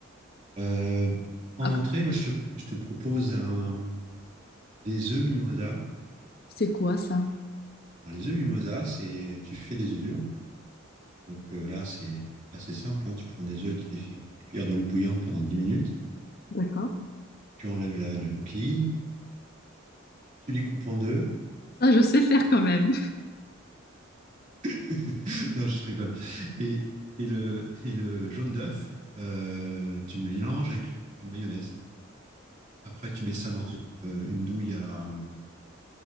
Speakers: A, on the right; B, on the left.
A: Euh, en
B: Ah,
A: entrée, moi, je te, je te propose un, des œufs mimosa.
B: c'est quoi ça?
A: Alors, les œufs mimosa, c'est, tu fais des œufs durs. Donc euh, là, c'est assez simple, hein. Tu prends des œufs, tu les fais cuire dans l'eau bouillante pendant dix minutes.
B: D'accord.
A: Tu enlèves la, la coquille, tu les coupes en deux.
B: Ça, je sais faire quand même.
A: <laughs> Non, je rigole. Et, et le, et le jaune d'œuf, euh, tu le mélanges avec une mayonnaise. Après, tu mets ça dans une, euh, une douille à, euh,